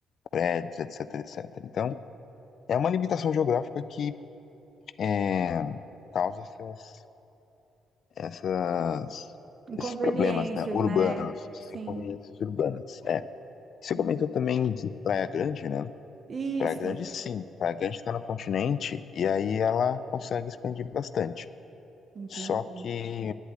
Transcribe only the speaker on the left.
prédios, etc, etc. Então, é uma limitação geográfica que é, causa essas, essas,
esses problemas, né, urbanos,
essas
inconveniências urbanas. É. Você
comentou também de Praia Grande, né?
Praia Grande, sim. Praia Grande está no continente e aí ela consegue expandir bastante.
Só que